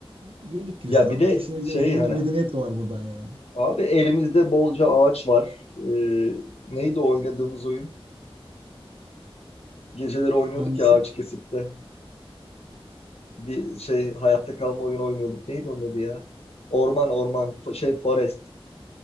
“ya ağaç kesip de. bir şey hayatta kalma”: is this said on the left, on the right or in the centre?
Left